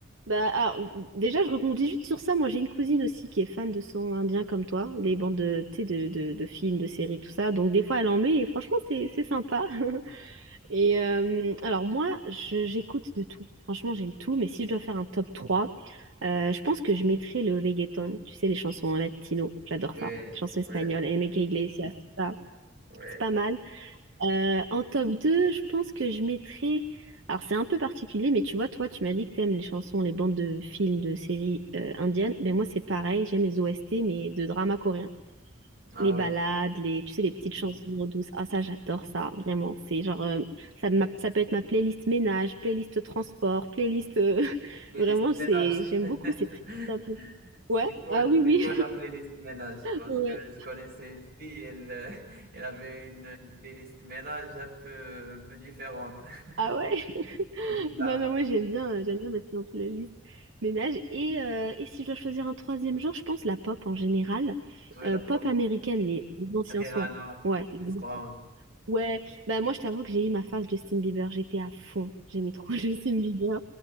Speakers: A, on the right; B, on the right.
A: Bah, alors, déjà, je rebondis juste sur ça. Moi, j'ai une cousine aussi qui est fan de son indien comme toi, les bandes de, tu sais, de, de, de films, de séries, tout ça. Donc, des fois, elle en met et franchement, c'est, c'est sympa. <laughs> Et euh, alors, moi, je- j'écoute de tout. Franchement, j'aime tout. Mais si je dois faire un top 3, euh, je pense que je mettrais le reggaeton. Tu sais, les chansons latino. J'adore
B: Ouais,
A: ça. Les chansons
B: ouais,
A: espagnoles, Enrique Iglesias, tout ça.
B: ouais.
A: C'est pas mal. Euh, en top 2, je pense que je mettrais. Alors, c'est un peu particulier, mais tu vois, toi, tu m'as dit que t'aimes les chansons, les bandes de films, de séries euh, indiennes. Ben, moi, c'est pareil, j'aime les OST, mais de drama coréen.
B: Ah
A: Les ballades,
B: oui,
A: les, tu sais, les petites chansons douces. Ah, ça, j'adore ça, vraiment. C'est genre, euh, ça, m'a- ça peut être ma playlist ménage, playlist transport, playlist. euh, <laughs>
B: playlist
A: Vraiment,
B: ménage.
A: c'est, j'aime
B: <laughs>
A: beaucoup, c'est très, très.
B: C'est
A: Ouais,
B: cool,
A: ah oui,
B: c'est
A: oui.
B: cool la playlist ménage
A: <laughs>
B: parce
A: Ouais.
B: que je connaissais une fille, elle, euh, <laughs> elle avait une une playlist ménage un peu, un peu différente, <laughs> un
A: Ah ouais. <laughs>
B: peu bizarre.
A: Non, non, moi j'aime bien, euh, j'aime bien mettre en playlist ménage. Et, euh, et si je dois choisir un troisième genre, je pense la pop en général.
B: Ouais,
A: Euh,
B: la pop,
A: pop américaine, mais les anciens
B: Rihanna,
A: sons. Ouais, les
B: Chris Brown.
A: Ouais, bah moi je t'avoue que j'ai eu ma phase Justin Bieber, j'étais à fond, j'aimais trop <laughs> Justin Bieber.